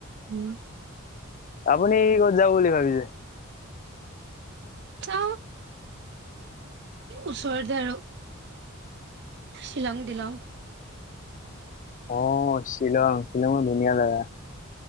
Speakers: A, on the right; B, on the left.
A: উম
B: আপুনি ক'ত যাব বুলি ভাবিছে
A: চ
B: <unintelligible>
A: ওচৰতে আৰু শ্বিলং িলং
B: অ শ্বিলং শ্বিলঙৰ ধুনীয়া জেগা